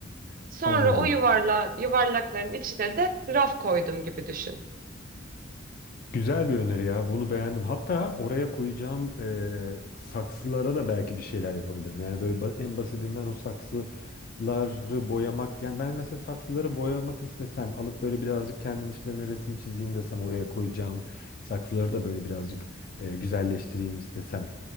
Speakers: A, on the right (about 45°); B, on the left (about 45°).
A: Sonra
B: Anladım.
A: o yuvarla, yuvarlakların içine de raf koydum gibi düşün.
B: Güzel bir öneri ya. Bunu beğendim. Hatta oraya koyacağım eee, saksılara da belki bir şeyler yapabilirim. Yani böyle ba- en basitinden o saksıları boyamak. Yani ben mesela saksıları boyamak istesem alıp böyle birazcık kendim üstlerine resim çizeyim desem oraya koyacağım. Saksıları da böyle birazcık eee, güzelleştireyim istesem.